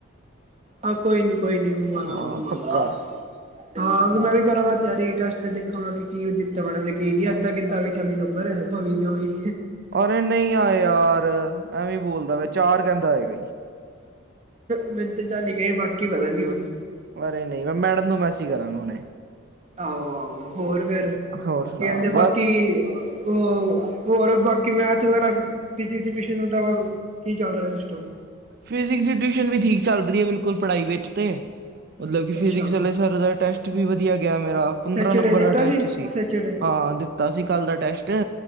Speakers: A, on the right; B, on the right.
A: ਹਾਂ, ਕੋਈ ਨੀ- ਕੋਈ ਨੀ, ਮੰਗਵਾ
B: ਹਾਂ
A: ਦਾਂਗਾ-ਮੰਗਵਾ
B: ਪੱਕਾ
A: ਦਾਂਗਾ, ਹਾਂ ਮੈਂ ਵੀ ਕਰਾਂਗਾ ਤਿਆਰੀ ਟੈਸਟ ਦੀ। ਖਾਂ ਕੇ ਕੀ ਦਿੱਤਾ ਮੈਡਮ ਨੇ, ਕੀ ਨੀ ਏੱਦਾਂ ਕਿੱਦਾਂ ਆ ਗਏ ਚਾਲੀ ਨੰਬਰ, ਬਾਈ ਦੇ ਓਵੀ।
B: ਅਰੇ, ਨਹੀਂ ਆਏ ਯਾਰ ਐਵੇਂ ਬੋਲਦਾ ਵੈਂ, ਚਾਰ ਕਹਿੰਦਾ ਆਏ ਗਾਈ।
A: ਮੈਨੂ ਤੇ ਚਾਲੀ ਕਏ, ਬਾਕੀ ਪਤਾ ਨੀ ਹੁਣ।
B: ਅਰੇ ਨਹੀਂ, ਮੈਂ ਮੈਡਮ ਨੂੰ ਮੈਸੇਜ ਕਰਾਂਗਾ ਹੁਣੇ।
A: ਆਹੋ- ਆਹੋ, ਹੋਰ ਫੇਰ?
B: ਹੋਰ ਸੁਣਾ
A: ਕੀ ਕਹਿੰਦੇ
B: ਬਸ
A: ਬਾਕੀ। ਹੋਰ, ਹੋਰ ਬਾਕੀ ਮੈਥ ਵਗੈਰਾ ਕਿਸੀ ਚ, ਕਿਸੀ ਨੂ ਟਿਊਸ਼ਨ ਲਗਵਾ ਦੋ, ਕੀ ਚੱਲ ਰਿਹਾ ਸਿਸਟਮ।
B: ਫਿਜ਼ਿਕਸ ਦੀ ਟਿਊਸ਼ਨ ਵੀ, ਠੀਕ ਚੱਲ ਰਹੀ ਹੇ। ਬਿਲਕੁਲ, ਪੜਾਈ ਵਿੱਚ ਤੇ। ਮਤਲਬ ਕਿ ਫਿਜਿਕਸ
A: ਅੱਛਾ
B: ਆਲੇ, ਸਰ ਦਾ ਟੈਸਟ ਵੀ ਵਧੀਆ ਗਿਆ ਮੇਰਾ। ਪੰਦਰਾਂ
A: ਸੈਚਰਡੇ
B: ਨੰਬਰ
A: ਦਿੱਤਾ
B: ਦਾ ਟੈਸਟ ਸੀ,
A: ਸੈਚਰਡੇ
B: ਹਾਂ ਦਿੱਤਾ ਸੀ ਕੱਲ ਦਾ ਟੈਸਟ,